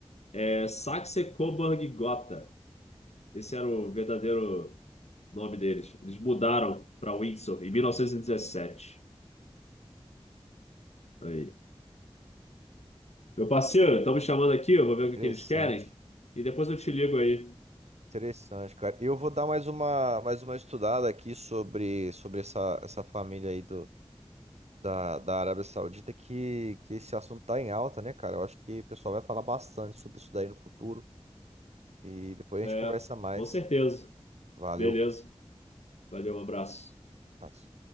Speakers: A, on the left; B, on the right.
A: é Saxe-Coburg-Gotha. Esse era o verdadeiro nome deles. Eles mudaram para Windsor em 1917. Aí. Meu parceiro, estão me chamando aqui, eu vou ver o que
B: Interessante,
A: que eles querem. E depois eu te ligo aí.
B: interessante, cara. Eu vou dar mais uma, mais uma estudada aqui sobre, sobre essa, essa família aí do, da, da Arábia Saudita, que, que esse assunto tá em alta, né, cara? Eu acho que o pessoal vai falar bastante sobre isso daí no futuro e depois a
A: É,
B: gente conversa mais.
A: com certeza.
B: Valeu.
A: Beleza. Valeu, um abraço.
B: Abraço.